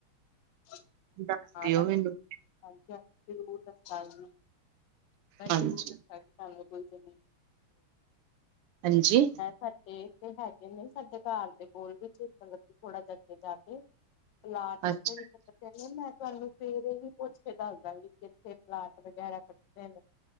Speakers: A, on the left (about 65°); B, on the right (about 85°).
A: <unintelligible>
B: ਦੱਸ ਦਿਓ ਮੈਨੂੰ
A: ਮੈਂ
B: ਹਾਂਜੀ
A: ਜ਼ਰੂਰ ਦੱਸਾਂਗੀ, ਤੁਾਨੂੰ ਕੋਈ ਹੋਏਗੀ
B: ਹਾਂਜੀ
A: ਸਾਡੇ ਤੇ ਹੈਗੇ ਨੇ, ਸਾਡੇ ਘਰ ਦੇ ਕੋਲ ਵੀ, ਮਤਲਬ ਕਿ ਥੋੜਾ ਜਿਹਾ ਅੱਗੇ ਜਾ ਕੇ ਪਲਾਟ, ਉੱਥੇ
B: ਅੱਛਾ
A: ਵੀ ਸੁੱਟ ਦੇਂਦੇ ਨੇ, ਮੈਂ ਤੁਹਾਨੂੰ ਸਵੇਰੇ ਹੀ ਪੁੱਛ ਕੇ ਦੱਸਦਾਂਗੀ, ਕਿੱਥੇ ਪਲਾਟ ਵਗੈਰਾ ਕੱਟਦੇ ਨੇ।